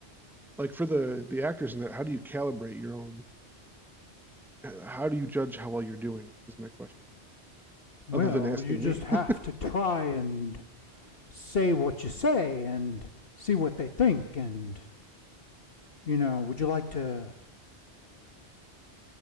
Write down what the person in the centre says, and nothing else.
like for the the actors in that, how do you calibrate your own? uh, How do you judge how well you're doing? Is my question.
Other than asking
me,
<laughs>